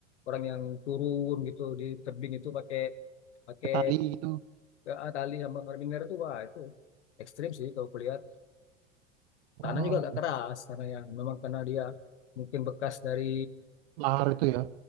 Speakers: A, on the left; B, on the right.
A: orang yang turun gitu di tebing itu pakai pakai
B: pakai tali gitu
A: eh, tali sama karabiner itu wah itu ekstrim sih kalau kuliah
B: wah
A: tanah juga agak keras karena yang memang karena dia mungkin bekas dari
B: lahar itu ya